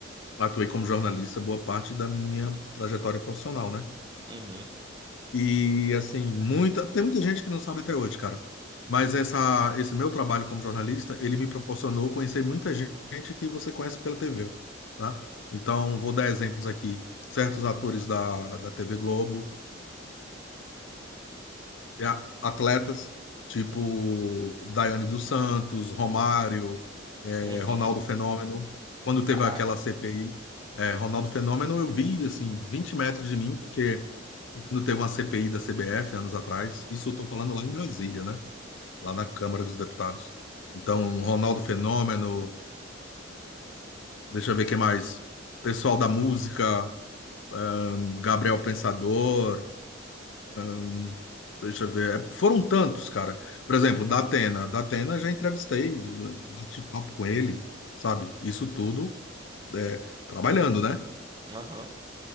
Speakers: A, on the left; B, on the right.
A: atuei como jornalista boa parte da minha trajetória profissional, né?
B: Uhum,
A: E assim, muita, tem muita gente que não sabe até hoje, cara. Mas essa, esse meu trabalho como jornalista, ele me proporcionou conhecer muita gente que você conhece pela TV, tá? Então, vou dar exemplos aqui. Certos atores da, da TV Globo, e a- atletas, tipo Daiane dos Santos, Romário, eh,
B: uhum,
A: Ronaldo Fenômeno. Quando teve
B: caraca.
A: aquela CPI, eh, Ronaldo Fenômeno, eu vi, assim, 20 metros de mim, porque quando teve uma CPI da CBF anos atrás, isso eu estou falando lá em Brasília, né? Lá na Câmara dos Deputados. Então, Ronaldo Fenômeno, deixa eu ver quem mais. Pessoal da música, hum, Gabriel Pensador, hum, deixa eu ver. É, Foram tantos, cara. Por exemplo, da Atena. Da Atena já entrevistei, já bati papo com ele, sabe? Isso tudo é, trabalhando, né?
B: Aham,